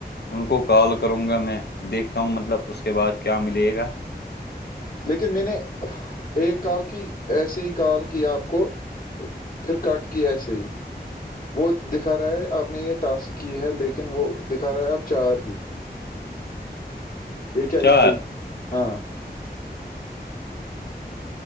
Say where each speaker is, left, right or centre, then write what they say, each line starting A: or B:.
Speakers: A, on the left; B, on the left.
A: ان کو کال کروں گا میں دیکھتا ہوں مطلب اس کے بعد کیا ملے گا
B: لیکن میں نے ایک کال کی ایسے ہی کال کی آپ کو پھر کٹ کیا ایسے ہی وہ دکھا رہا ہے آپ نے یہ ٹاسک کی ہے لیکن وہ دکھا رہا ہے آب چار ہی یہ کیا
A: چار
B: ایشو ہاں